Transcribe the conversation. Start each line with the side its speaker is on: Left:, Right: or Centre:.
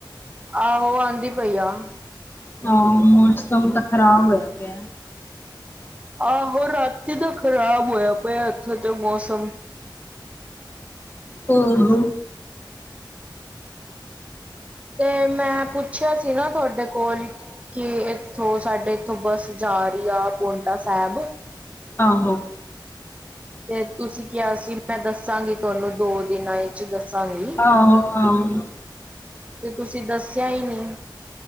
Right: ਆਹੋ ਆਂਦੀ ਪਈ ਆ।
Left: ਹਾਂ ਮੌਸਮ ਤਾਂ ਖਰਾਬ ਹੋਇਆ ਪਿਆ।
Right: ਆਹੋ ਰਾਤੀ ਤਾਂ ਖ਼ਰਾਬ ਹੋਇਆ ਪਿਆ ਇੱਥੇ ਤੇ ਮੌਸਮ।
Left: ਆਹੋ।
Right: ਤੇ ਮੈਂ ਪੁੱਛਿਆ ਸੀ ਨਾ ਤੁਹਾਡੇ ਕੋਲ ਕਿ ਇੱਥੋਂ ਸਾਡੇ ਇੱਥੋਂ ਬੱਸ ਜਾ ਰਹੀ ਆ ਪਾਉਟਾ ਸਾਹਿਬ।
Left: ਆਹੋ।
Right: ਤੇ ਤੁਸੀਂ ਕਿਹਾ ਸੀ ਮੈਂ ਦੱਸਾਂਗੀ ਤੁਹਾਨੂੰ ਦੋ ਦਿਨਾਂ ਵਿੱਚ ਦੱਸਾਂਗੀ।
Left: ਆਹੋ-ਆਹੋ।
Right: ਤੇ ਤੁਸੀਂ ਦੱਸਿਆ ਹੀ ਨੀ